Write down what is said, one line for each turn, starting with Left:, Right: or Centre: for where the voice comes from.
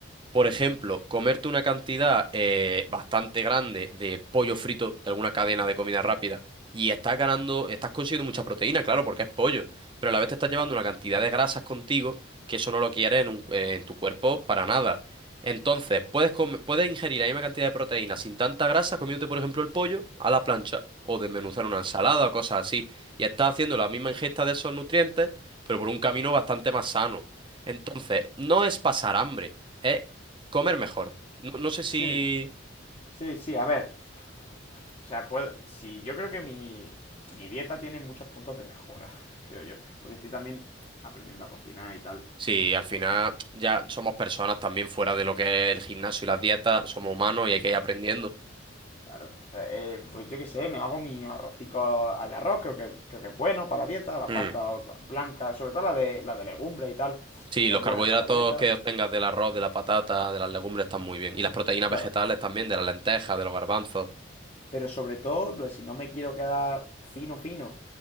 Right: por ejemplo, comerte una cantidad eh, bastante grande de pollo frito de alguna cadena de comida rápida y estás ganando, estás consiguiendo mucha proteína, claro, porque es pollo, pero a la vez te estás llevando una cantidad de grasas contigo que eso no lo quieres en, un- eh, en tu cuerpo para nada. Entonces, puedes, come- puedes ingerir la misma cantidad de proteína sin tanta grasa comiéndote, por ejemplo, el pollo a la plancha o desmenuzar una ensalada o cosas así. Y estás haciendo la misma ingesta de esos nutrientes, pero por un camino bastante más sano. Entonces, no es pasar hambre, es Comer mejor. No, no sé si,
Left: Sí, sí, sí. A ver, O sea, puedo, si yo creo que mi, mi dieta tiene muchos puntos de mejora, <laughs> creo yo. Porque estoy también aprendiendo a cocinar y tal.
Right: si al final ya somos personas también fuera de lo que es el gimnasio y las dietas, somos humanos y hay que ir aprendiendo.
Left: Claro, entonces, eh, pues yo qué sé, me hago mi arrocico al arroz, creo que, creo que es bueno para la dieta, la
Right: Mm.
Left: pasta blanca, sobre todo la de, la de legumbre y tal,
Right: Sí,
Left: es
Right: los carbohidratos
Left: buena para la dieta.
Right: que obtengas del arroz, de la patata, de las legumbres están muy bien. Y las proteínas
Left: Claro,
Right: vegetales también, de las lentejas, de los garbanzos.
Left: Pero sobre todo, en si no me quiero quedar fino, fino,